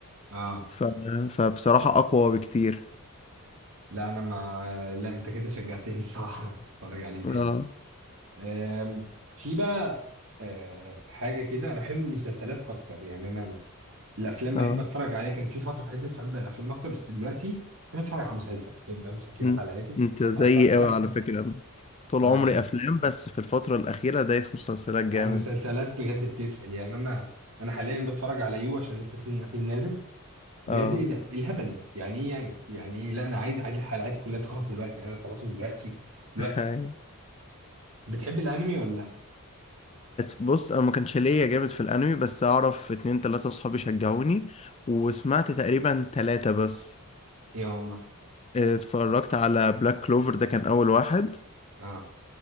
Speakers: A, on the right (about 65°); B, on the left (about 30°).
A: اه
B: ف... فبصراحة أقوى بكتير
A: لا انا ما لا انت كده شجعتني <laughs> الصراحه انا عايز اتفرج عليه
B: اه
A: تاني آم، في بقى آه، حاجه كده انا بحب المسلسلات اكتر يعني انا الافلام
B: اه
A: بحب اتفرج عليه كان في فتره في حياتي بحب الافلام اكتر بس دلوقتي بحب اتفرج على مسلسل بحب امسك كده
B: ان-
A: حلقاته
B: انت زيي
A: آه، تك
B: قوي
A: تك
B: على
A: تك
B: فكرة أنا طول
A: انا
B: عمري
A: احب
B: أفلام بس في الفترة الأخيرة دايس مسلسلات جامد
A: المسلسلات بجد بتسحل يعني انا انا حاليا بتفرج على يو عشان لسه السيزون الاخير نازل بجد
B: اه
A: ايه ده إيه الهبل ده يعني ايه يعني يعني إيه؟ لا انا عايز عايز الحلقات كلها تخلص دلوقتي يعني انا خلاص من دلوقتي دلوقتي
B: <laughs>
A: بتحب الانمي ولا لا
B: بص انا ما كانش ليا جامد في الانمي بس اعرف اتنين تلاتة اصحابي شجعوني وسمعت تقريبا تلاتة بس
A: يا ماما
B: اتفرجت على بلاك كلوفر ده كان اول واحد
A: اه